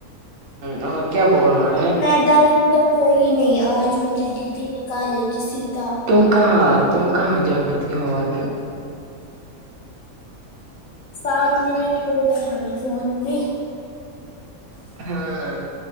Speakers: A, on the right; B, on the left.
A: ہمم کیا بول رہا ہے
B: میں در ب کوئی نہیں آج مجھے دیدی نکالے گی سیتا
A: تم کہاں تم کہاں جاتی ہو آ میں
B: سات منٹ ہو گئے ہمیں فون پہ
A: ہاں